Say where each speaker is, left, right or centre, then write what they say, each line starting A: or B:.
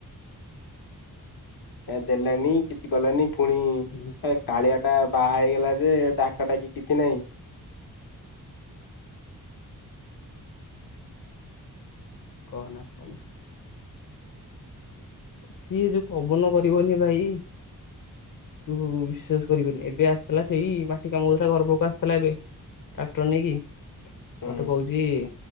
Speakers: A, on the left (about 80°); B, on the left (about 60°).
A: ଏ ଦେଲାନି କିଛି କଲାନି ପୁଣି
B: ହଁ
A: କାଳିଆ ଟା ବାହା ହେଇଗଲା ଯେ ଡାକଟାକି କିଛି ନାହିଁ।
B: କହନା କହନା। ସିଏ ଯୋଉ ପବନ କରିବନି ଭାଇ। ତୁ ବିଶ୍ଵାସ କରିବୁନି ଏବେ ଆସିଥିଲା ସେଇ ମାଟି କାମା ହୋଉଥିଲା ଘର ପାଖକୁ ଆସିଥିଲା, ଏବେ ଟାକ୍ଟର ନେଇକି,
A: ହୁଁ
B: ତୁ କୋହୂଚୁ ଯଏ